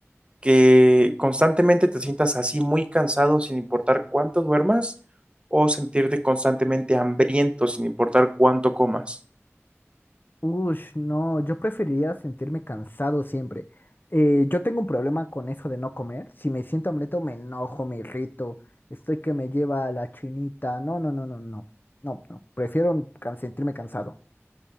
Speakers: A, on the right; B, on the left.
A: ¿Que constantemente te sientas así muy cansado sin importar cuánto duermas? ¿O sentirte constantemente hambriento sin importar cuánto comas?
B: Ush, no, yo preferiría sentirme cansado siempre. Eh, yo tengo un problema con eso de no comer. Si me siento hambriento, me enojo, me irrito. Estoy que me lleva a la chinita. No, no, no, no, no. No, no. Prefiero can- sentirme cansado.